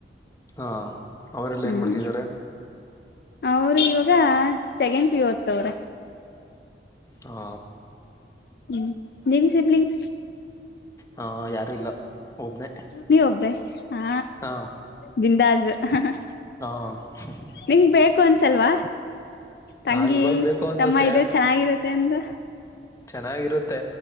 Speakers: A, on the left; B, on the left.
A: ಹಾ ಅವರೆಲ್ಲ
B: ಹ್ಮ್
A: ಏನ್ ಮಾಡ್ತಿದ್ದಾರೆ
B: ಅವ್ರು ಇವಾಗ ಸೆಕೆಂಡ್ ಪಿ ಯು ಓದ್ತವ್ರೆ
A: ಹಾ
B: ಹ್ಮ್ ನಿಮ್ ಸಿಬ್ಲಿಂಗ್ಸ್
A: ಹಾ ಯಾರೂ ಇಲ್ಲ ಒಬ್ನೇ
B: ನೀವ್ ಒಬ್ರೇ ಹಾ
A: ಹಾ
B: ಬಿಂದಾಜ್ ಅಹ್ ಹ್
A: ಹಾ ಹ್ಮ್ ಹ್ಮ್
B: ನಿಮ್ಗ್ ಬೇಕು ಅನ್ಸಲ್ವಾ ತಂಗಿ
A: ಹಾ ಇವಾಗ ಬೇಕು ಅನ್ಸುತ್ತೆ
B: ತಮ್ಮ ಇದ್ರ ಚೆನ್ನಾಗಿರುತ್ತೆ ಅಂದು
A: ಚೆನ್ನಾಗಿರುತ್ತೆ